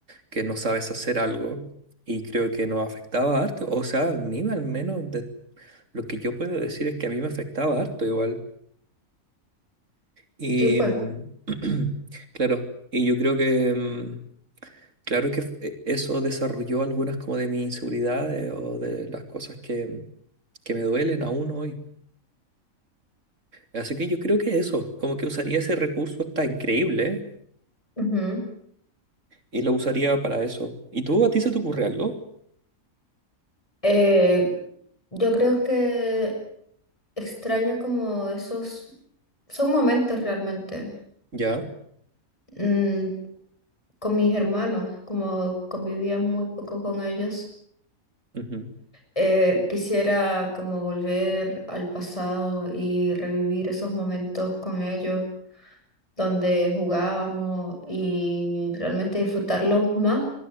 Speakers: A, on the right (about 60°); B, on the left (about 20°).
A: que no sabes hacer algo, y creo que nos afectaba harto. O sea, a mí al menos de lo que yo puedo decir es que a mí me afectaba harto igual. Y
B: Sí, pues.
A: mm, <clears throat> claro, y yo creo que mm, Claro que f- e- eso desarrolló algunas como de mis inseguridades o de las cosas que, que me duelen aún hoy. Así que yo creo que eso, como que usaría ese recurso está increíble
B: Ujú.
A: y lo usaría para eso. ¿Y tú, a ti se te ocurre algo?
B: Eh, yo creo que extraño como esos, son momentos realmente.
A: Ya.
B: Mm, con mis hermanos, como convivía muy poco con ellos.
A: ujú,
B: eh, quisiera como volver al pasado y revivir esos momentos con ellos donde jugábamos y realmente disfrutarlos más,